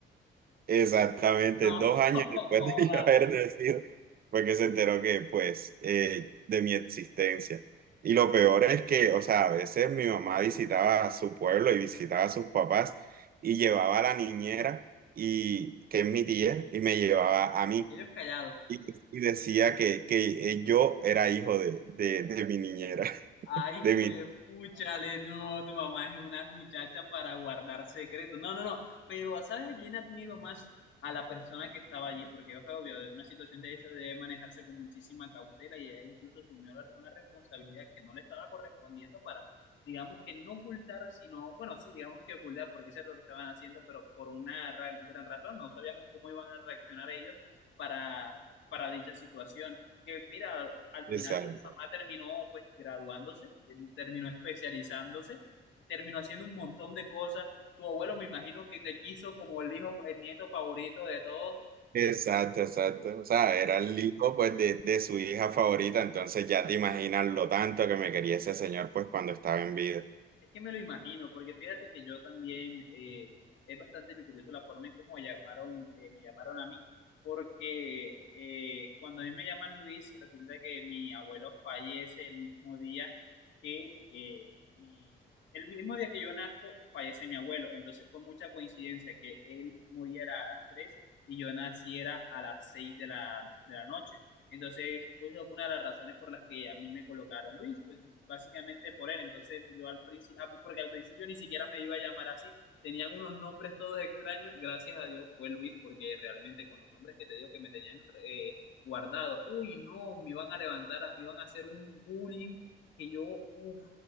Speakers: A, on the right (about 50°); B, on the left (about 70°).
A: Exactamente,
B: No,
A: dos años
B: <laughs>
A: después
B: joda,
A: de <laughs> yo haber nacido, fue que se enteró que, pues, eh, de mi existencia. Y lo peor es que, o sea, a veces mi mamá visitaba a su pueblo y visitaba a sus papás y llevaba a la niñera, y, que es mi tía, y me llevaba a mí.
B: ellos callados.
A: Y, y decía que, que eh, yo era hijo de, de, de mi niñera,
B: Ay,
A: <laughs> de
B: juepúchale,
A: mi...
B: no, tu mamá es una muchacha para guardar secretos. No, no, no, pero ¿sabes a quién admiro más? A la persona que estaba allí, porque es obvio, una situación de esa debe manejarse con muchísima cautela y ella incluso asumió la- una responsabilidad que no le estaba correspondiendo para, digamos que no ocultar, sino, bueno, sí, digamos que ocultar, porque eso es lo que estaban haciendo, pero por una ra- gran razón, no sabíamos cómo iban a reaccionar ellos para, para dicha situación que mira, al al
A: Exacto,
B: final de mamá terminó pues graduándose, eh, terminó especializándose, terminó haciendo un montón de cosas. Tu abuelo me imagino que te quiso como el hijo, el nieto favorito de todos.
A: exacto, exacto. O sea, era el hijo pues de, de su hija favorita, entonces ya te imaginas lo tanto que me quería ese señor pues cuando estaba en vida.
B: Es que me lo imagino, porque fíjate que yo también eh, es bastante curioso la forma en cómo llamaron, eh, me llamaron a mí, porque eh, cuando a mí me llaman Luis, resulta que mi abuelo fallece el mismo día que eh, mi, el mismo día que yo nazco, fallece mi abuelo. Entonces fue mucha coincidencia que él muriera a las 3 y yo naciera a las 6 de la, de la noche. Entonces, fue una de las razones por las que a mí me colocaron Luis, pues básicamente por él. Entonces, yo al principio, ah, porque al principio ni siquiera me iba a llamar así, tenían unos nombres todos extraños, gracias a Dios fue Luis, porque realmente con los nombres que te digo que me tenían eh, guardado, uy, no, me iban a levantar, a- me iban a hacer un bullying que yo, uff,